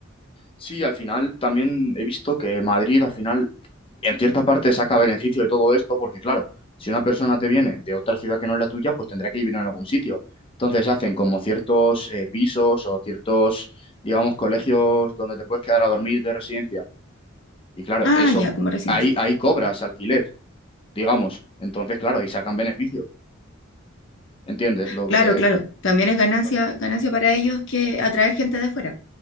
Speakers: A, on the left; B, on the left.
A: Sí, al final también he visto que Madrid al final en cierta parte saca beneficio de todo esto porque claro, si una persona te viene de otra ciudad que no es la tuya, pues tendrá que vivir en algún sitio. Entonces hacen como ciertos eh, pisos o ciertos, digamos, colegios donde te puedes quedar a dormir de residencia. Y claro,
B: Ah,
A: eso
B: ya, como residencia.
A: ahí, ahí cobras alquiler, digamos. Entonces, claro, ahí sacan beneficio. ¿Entiendes lo
B: Claro,
A: que te...
B: claro. También es ganancia,
A: Claro,
B: ganancia para ellos que atraer gente de fuera.